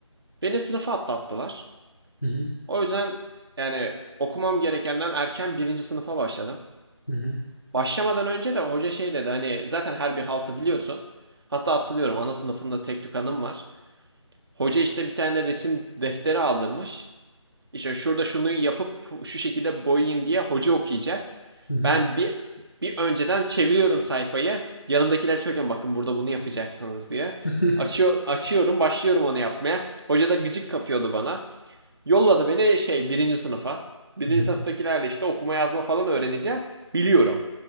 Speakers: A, on the right; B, on the left.
A: Beni sınıfa atlattılar.
B: Hı hı,
A: O yüzden yani okumam gerekenden erken birinci sınıfa başladım.
B: hı hı,
A: Başlamadan önce de hoca şey dedi hani zaten her bir haltı biliyorsun. Hatta hatırlıyorum ana sınıfında tek tük anım var. Hoca işte bir tane resim defteri aldırmış. İşte şurada şunu yapıp şu şekilde boyayın diye hoca okuyacak.
B: hı hı,
A: Ben bir bir önceden çeviriyorum sayfayı. Yanımdakiler söylüyorum bakın burada bunu yapacaksınız diye.
B: <laughs>
A: Açıyor, açıyorum, başlıyorum onu yapmaya. Hoca da gıcık kapıyordu bana. Yolladı beni şey birinci sınıfa. Birinci
B: hı hı.
A: sınıftakilerle işte okuma yazma falan öğreneceğim. Biliyorum.